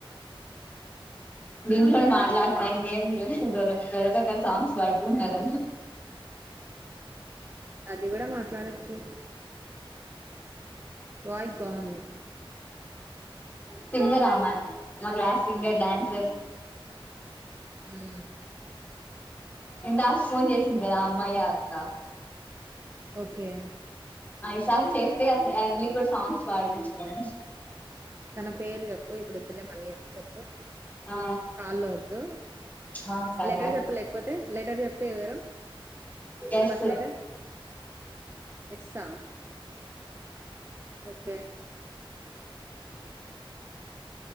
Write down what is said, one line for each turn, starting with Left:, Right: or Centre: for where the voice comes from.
Left: దీంట్లో మాట్లాడటానికి ఏమీ లేదు దొరక దొరకక సాంగ్స్ పాడుకుంటున్నారు
Right: అది కూడా మాట్లాడచ్చు వాయిస్ బావుంది
Left: సింగర్ ఆమె మా క్లాస్ సింగర్ డాన్సర్
Right: మ్
Left: ఇందాస్ ఫోన్ చేసింది కదా ఆ అమ్మాయ అక్క
Right: ఓకే
Left: ఐదు సార్లు చేస్తే మీరు కూడా సాంగ్స్ పాడించుకోవచ్చ్
Right: తన పేరు చెప్పు ఇప్పుడు వద్దులే మళ్ళీ చెప్పు
Left: ఆ
Right: కాల్ లో వద్దు
Left: ఆ సరే
Right: లెటర్ చెప్పలేకపోతే లెటర్ చెప్తేా ఎవరు
Left: ఎస్
Right: ఫస్ట్ లెటర్ ఎస్సా ఓకే